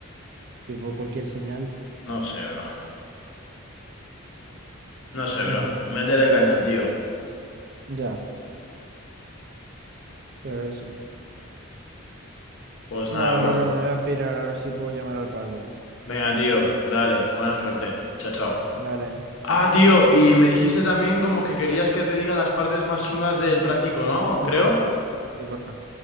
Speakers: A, on the right (about 50°); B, on the left (about 70°).
A: tipo cualquier señal.
B: No sé, bro. No sé,
A: Ujú,
B: bro. Métele caña, tío.
A: Ya, pero eso.
B: Pues nada,
A: Nada,
B: bro.
A: bro, me voy a pirar a ver si puedo llamar al Paco.
B: Venga, tío, dale, buena suerte. Chao, chao.
A: Dale,
B: Ah, tío, y me dijiste también como que querías que te diga las partes más chungas del práctico, ¿no?
A: Sí,
B: Creo.
A: porfa. Sí, porfa.